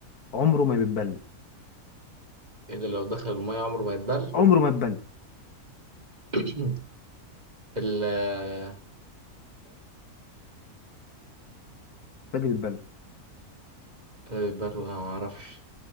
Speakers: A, on the left; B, on the right.
A: عمره ما بيتبل
B: إيه اللي لو دخل المية عمره ما يتبل
A: عمره ما يتبل
B: <clears throat> التلج
A: باجي بيتبل
B: يتبل ولا ما أعرفش